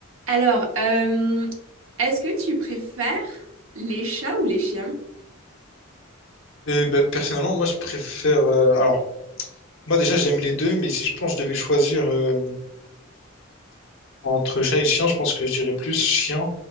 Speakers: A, on the right; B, on the left.
A: Alors, euh, est-ce que tu préfères les chats ou les chiens?
B: Et ben, personnellement, moi, je préfère. euh, Alors, moi, déjà, j'aime les deux, mais si je pense que je devais choisir euh, entre chat et chien, je pense que je dirais plus chien,